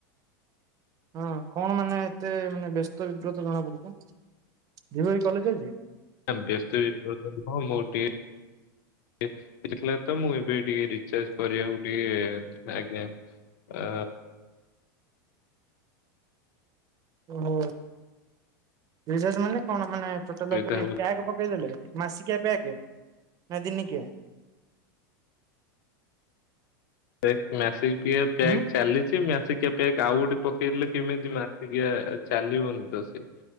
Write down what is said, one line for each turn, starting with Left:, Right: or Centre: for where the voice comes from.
Right: ହଁ କଣ ମାନେ ଏତେ ମାନେ ବ୍ୟସ୍ତ ବିବ୍ରତ ଜଣା ପଡ଼ୁଛ? ଦି ଆଜି କଲେଜ ଅଛି?
Left: ବ୍ୟସ୍ତ ବିବ୍ରତ ନୁହଁ ମୋର ଟିକେ ତ ମୁଁ ଏବେ ଟିକେ ରିଚାର୍ଜ କରିବାକୁ ଟିକେ ଆଜ୍ଞା। ଆ
Right: ଓହୋ ରେଚର୍ଗ ମାନେ କଣ ମାନେ ଟୋଟାଲ
Left: ଅସୁବିଧା
Right: ଉପରେ
Left: ହଉ
Right: ଟ୍ୟାଗ ପକେଇ ଦେଲେ। ମାସିକିଆ ବ୍ୟାକ ନା ଦିନିକିଆ?
Left: ପେକ ମ୍ୟାଫିକିଆ ପ୍ୟାକ
Right: ହୁଁ
Left: ଚାଲିଛି ମ୍ୟାଫିକିଆ ପ୍ୟକ୍ ଆଉ ଗୋଟେ ପକେଇଲେ କେମିତି ମାସିକିଆ ଚାଲିବନି ତ ସେ।